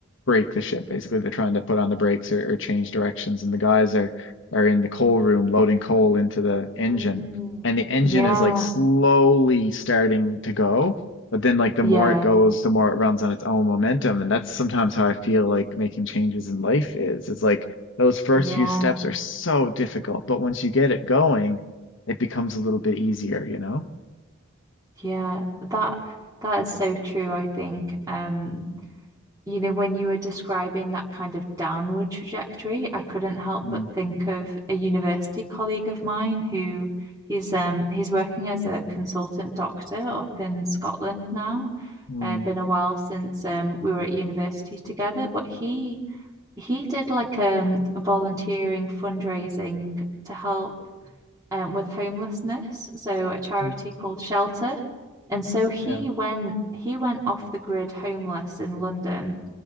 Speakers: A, on the left; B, on the right.
A: brake the ship. Basically, they're trying to put on the brakes or, or change directions, and the guys are are in the coal room loading coal into the engine,
B: Mm. Mm.
A: and the engine
B: Yeah.
A: is like slowly starting to go. But then, like the
B: Yeah.
A: more it goes, the more it runs on its own momentum, and that's sometimes how I feel like making changes in life is. It's like those first
B: Yeah.
A: few steps are so difficult, but once you get it going it becomes a little bit easier, you know?
B: Yeah. That that is so true, I think. Um, you know, when you were describing that kind of downward trajectory, I couldn't help
A: Mm,
B: but think of a university colleague of mine who he's um he's working as a consultant doctor up in Scotland now.
A: mm,
B: Uh, been a while since um we were at university together, but he he did like um volunteering fundraising to help um with homelessness, so a charity
A: mm,
B: called Shelter. And so he
A: yeah,
B: went he went off the grid homeless in London